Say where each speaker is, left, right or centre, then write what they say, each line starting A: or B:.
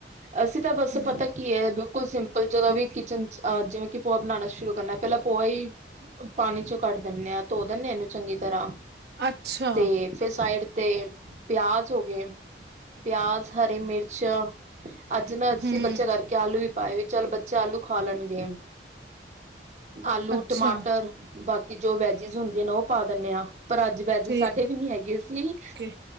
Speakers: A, on the right; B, on the right.
A: ਅਸੀਂ ਤਾਂ ਬਸ
B: ਹਮ
A: ਪਤਾ ਕੀ ਹੈ। ਬਿਲਕੁਲ ਸਿੰਪਲ ਜਦੇਂ ਵੀ ਕਿਚਨ ਚ ਜਿਵੇ ਕਿ ਪੋਹਾ ਬਣਾਉਣਾ ਸ਼ੁਰੂ ਕਰਨਾ ਪਹਿਲਾਂ ਪੋਆ ਹੀ ਪਾਣੀ ਚੋਂ ਕੱਢ ਦਿੰਦੇ ਹਾਂ। ਧੋ ਦਿੰਨਦੇ ਹਾਂ। ਇਹਨੂੰ ਚੰਗੀ ਤਰ੍ਹਾਂ
B: ਅੱਛਾ
A: ਤੇ ਫਿਰ ਸਾਈਡ ਤੇ ਪਿਆਜ ਹੋ ਗਏ। ਪਿਆਜ਼, ਹਰੀ ਮਿਰਚ ਅੱਜ ਨਾ ਅਸੀਂ
B: ਹਮ
A: ਬੱਚਆ ਕਰਕੇ ਆਲੂ ਵੀ ਪਾਏ ਵੀ। ਚੱਲ ਬੱਚੇ ਆਲੂ ਖਾ ਲੈਣਗੇ ।ਆਲੂ,
B: ਅੱਛਾ
A: ਟਮਾਟਰ ਬਾਕੀ ਜੋ ਵੈਜਿਸ ਹੁੰਦੇ ਨੇ ਉਹ ਪਾ ਦਿੰਦੇ ਆ। ਪਰ ਅੱਜ ਵੈਜੇਸ
B: ਠੀਕ
A: ਸਾਡੇ ਵੀ ਨੀ ਹੈਗੇ ਸੀ।
B: ਏ,